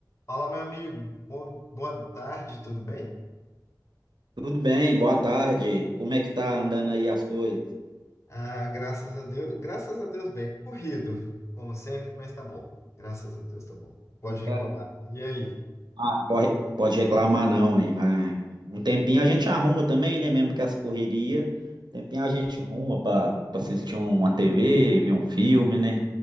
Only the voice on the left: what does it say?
Fala, meu amigo. Bom, boa tarde, tudo bem?
Ah, graças a Deus. Graças a Deus, bem. Corrido, como sempre, mas tá bom. Graças a Deus, tá bom. Pode
reclamar. E aí?